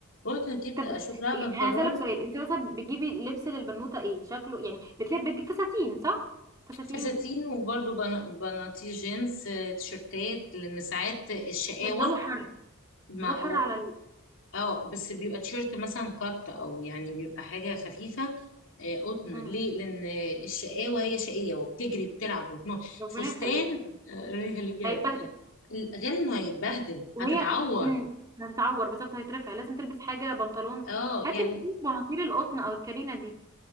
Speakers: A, on the left; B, on the right.
A: رحت ركبت
B: طب
A: اشوف لها
B: إيه،
A: بنطلون
B: انا هسألك سؤال انت مثلا بتجيبي لبس للبنوتة ايه شكله يعني بتلبس بتجيب فساتين صح فساتين
A: فساتين وبرده بناطيل جينز آه، تيشرتات لان ساعات الشقاوه
B: الجو حر
A: مع
B: الجو حر على ال...
A: اه بس بيبقى تيشيرت مثلا قط او يعني بيبقى حاجه خفيفه آه، قطن
B: مم.
A: ليه لان الشقاوه هي شقيه وبتجري وبتلعب وتنط
B: ربنا
A: فستان
B: يخليك بقى
A: آه، رجل جلد
B: هيتبهدل
A: غير انه هيتبهدل
B: وهي
A: هتتعور
B: مم، هتتعور بالظبط هيترفع لازم تلبس حاجة بنطلون
A: اه
B: هاتي
A: يعني
B: بقى بناطيل القطن او الكارينا دي